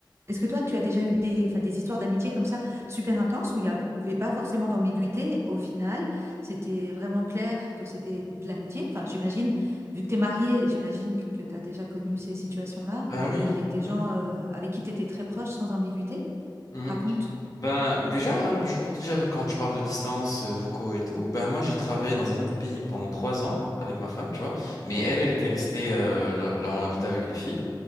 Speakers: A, on the right; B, on the left.
A: Est-ce que toi, tu as déjà eu des, enfin, des histoires d'amitié comme ça, super intenses, où il n'y avait pas forcément d'ambiguïté au final? C'était vraiment clair que c'était de l'amitié. Enfin, j'imagine, vu que tu es mariée, j'imagine que tu as déjà connu ces situations-là
B: Ben oui.
A: avec des
B: mhm,
A: gens euh, avec qui tu étais très proche sans ambiguïté.
B: mhm.
A: Raconte.
B: Ben déjà, hein, ben, juste pour te dire, quand tu parles de distance, euh, vocaux et tout, ben moi j'ai travaillé dans un autre pays pendant trois ans avec ma femme, tu vois. Mais elle, elle était restée euh, là là où on habitait avec les filles.